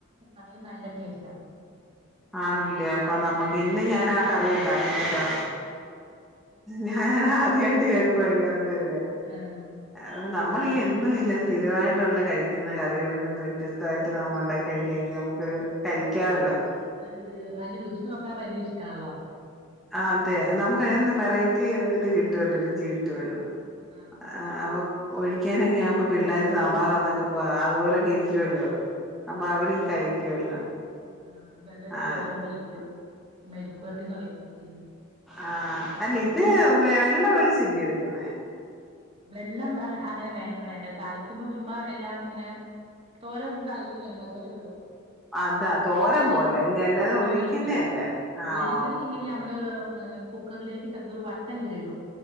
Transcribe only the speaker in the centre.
ആണില്ലേ അപ്പൊ നമ്മക്ക് ഇന്ന് ഞാൻ ആ കറിണ്ടാക്കുന്ന കേട്ടോ ഞാൻ ആദ്യമായിട്ട് കേക്കുവ ഇങ്ങനത്തെ ഒരു കാറി
അ നമ്മളീ എന്നും ഇല്ല സ്ഥിരമായിട്ടുള്ള കഴിക്കുന്ന കറികളിൽ നിന്ന് വ്യത്യസ്തമായിട്ട് നമു ഉണ്ടാക്കി കഴിക്കാെങ്കിൽ നമുക്കൊരു കഴ കഴിക്കാവലോ
ആ അതെ നമുക്ക് അതിനൊന്നും വെറൈറ്റി ഇത് കിട്ടുവല്ലോ രുചി കിട്ടുവല്ലോ
ആ
അപ്പൊ ഒഴി ഒഴിക്ക്ക്കാനൊക്കെ ആവുമ്പോ പിള്ളേർ സാറന്നൊക്കെ അതുപോലെൊക്കെ ഇരിക്കുവല്ലോ അപ്പൊ
അവരും കഴിക്കുവല്ലോ
ആ
ആഹ അല്ല ഇത് വ എണ്ണ ഒഴിച്ചല്ലിയോ എടുക്കുന്നെ
അതാ തോരൻ
പോലെ അല്ലേ അല്ലാതെ ഒഴിക്കുന്നേ
അല്ല ആ
ഓ